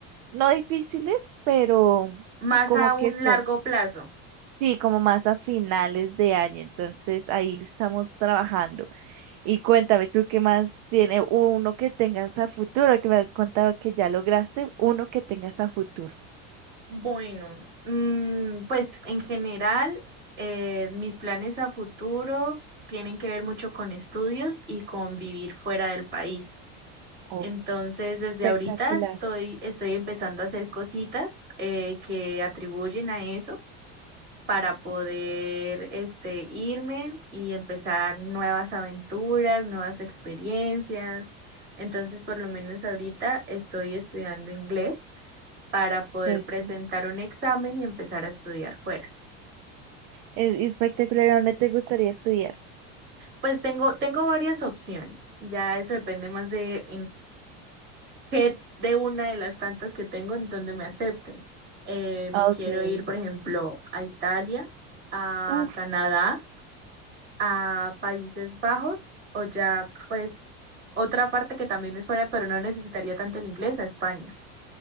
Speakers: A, on the right; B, on the right.
A: no difíciles, pero
B: Más
A: como
B: a
A: que
B: un largo
A: son
B: plazo.
A: Sí, como más a finales de año, entonces ahí estamos trabajando. Y cuéntame tú qué más tiene uno que tengas a futuro, que me has contado que ya lograste, uno que tengas a futuro.
B: Bueno, mm, pues en general, eh, mis planes a futuro tienen que ver mucho con estudios y con vivir fuera del país.
A: Oh,
B: Entonces, desde
A: espectacular.
B: ahorita estoy, estoy empezando a hacer cositas eh, que atribuyen a eso para poder este, irme y empezar nuevas aventuras, nuevas experiencias. Entonces, por lo menos ahorita estoy estudiando inglés para poder
A: Pues,
B: presentar un examen y empezar a estudiar fuera.
A: Es y espectacular, ¿a ¿dónde te gustaría estudiar?
B: Pues tengo, tengo varias opciones. Ya eso depende más de que de una de las tantas que tengo en donde me acepten. Eh, me
A: Ah,
B: quiero
A: Okay.
B: ir, por ejemplo, a Italia, a
A: Uf,
B: Canadá, a Países Bajos o ya, pues, otra parte que también es fuera, pero no necesitaría tanto el inglés, a España,